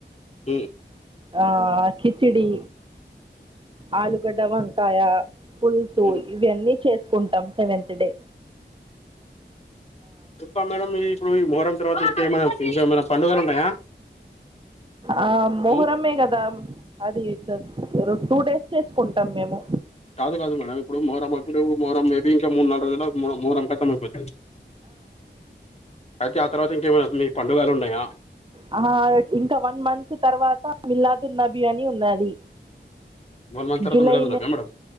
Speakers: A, on the left; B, on the right.
A: ఈ
B: ఆ కిచిడి ఆలుగడ్డ వంకాయ పులుసు
A: ఉమ్
B: ఇవన్నీ చేసుకుంటాం సెవెంత్ డే
A: చెప్పా మేడం ఇ ఇప్పుడు ఈ మోహరం తర్వాత ఇంకేమైన ఇంకేమైన పండుగలు ఉన్నాయా
B: ఆ మహురమే
A: ఉమ్
B: కదా అది టూ డేస్ చేసుకుంటాం మేము
A: కాదు కాదు మేడం ఇప్పుడు <unintelligible> <unintelligible> అయితే ఆ తర్వాత ఇంకేమ మీ పండుగలు ఉన్నాయా
B: ఆ ఇంకా వన్ మంత్ తర్వాత మిలాదు నబీ అని ఉన్నది
A: వన్ మంత్ తరువాత
B: జూలై
A: వెళ్దదున్నావే మేడం